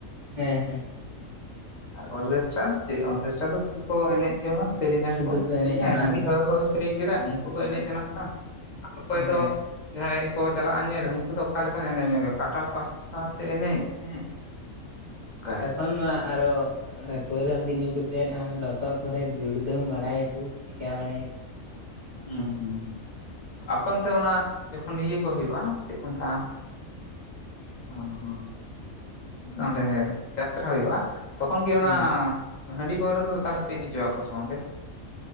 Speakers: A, on the right; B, on the left.
A: ᱦᱮᱸ ᱦᱮᱸ
B: ᱟᱨ ᱚᱨᱠᱮᱥᱴᱟᱨ ᱪᱮᱫ ᱚᱨᱠᱮᱥᱴᱟᱨ ᱥᱩᱫᱩ ᱠᱚ ᱮᱱᱮᱡ ᱡᱚᱝᱟ ᱥᱮᱨᱮᱧᱟᱠᱚ
A: ᱥᱩᱫᱷᱩ ᱠᱚ ᱮᱱᱮᱡᱼᱟ
B: ᱦᱮᱸ
A: ᱚᱱᱟᱜᱮ
B: ᱦᱟᱱᱤ ᱦᱟᱹᱣ ᱦᱟᱹᱣ ᱥᱮᱨᱮᱧ ᱠᱮᱫᱟ ᱩᱱᱠᱩ ᱠᱚ ᱮᱱᱮᱡ ᱡᱚᱱᱟᱜ ᱠᱟᱱᱟ ᱟᱨ ᱚᱠᱚᱭ
A: ᱦᱮᱸ
B: ᱫᱚ ᱡᱟᱦᱟᱸᱭ ᱠᱚ ᱪᱟᱞᱟᱜᱼᱟ ᱧᱮᱞ ᱩᱱᱠᱩ ᱫᱚ ᱚᱠᱟᱞᱮᱠᱟᱱ ᱮᱱᱮᱡ ᱧᱭᱟ ᱠᱟᱴᱟ ᱯᱟᱥᱴᱟᱛᱮ ᱮᱱᱮᱡ ᱦᱮᱸ ᱚᱱᱠᱟ ᱵᱮᱯᱟᱨ
A: ᱮᱠᱷᱚᱱ ᱢᱟ ᱟᱨᱚ ᱯᱟᱹᱣᱨᱟᱹ ᱦᱟᱺᱰᱤ ᱧᱩ ᱠᱟᱛᱮᱫ ᱦᱟᱱᱮ ᱞᱚᱥᱚᱫ ᱠᱚᱨᱮ ᱜᱟᱹᱲᱫᱟᱹᱢ ᱵᱟᱲᱟᱭᱟᱠᱚ ᱪᱤᱠᱟᱹ ᱵᱟᱲᱟᱭᱟ
B: ᱦᱩᱸ ᱦᱩᱸ ᱦᱩᱸ ᱟᱯᱮ ᱛᱮ ᱚᱱᱟ ᱡᱚᱠᱷᱚᱱ ᱤᱭᱟᱹ ᱠᱚ ᱦᱩᱭᱩᱜᱼᱟ ᱪᱮᱫ ᱠᱚ ᱢᱮᱛᱟᱜᱼᱟ <unintelligible> ᱚᱸᱰᱮ ᱡᱟᱛᱨᱟ ᱦᱩᱭᱩᱜᱼᱟ ᱛᱚᱠᱷᱚᱱ ᱜᱮ ᱚᱱᱟ
A: ᱦᱩᱸ
B: ᱦᱟᱺᱰᱤ ᱯᱟᱹᱣᱨᱟᱹ ᱫᱚ ᱛᱟᱦᱚᱞᱮ ᱯᱮ ᱤᱫᱤ ᱦᱚᱪᱚᱣᱟ ᱠᱚᱣᱟ ᱥᱮ ᱵᱟᱝᱟ ᱚᱸᱰᱮ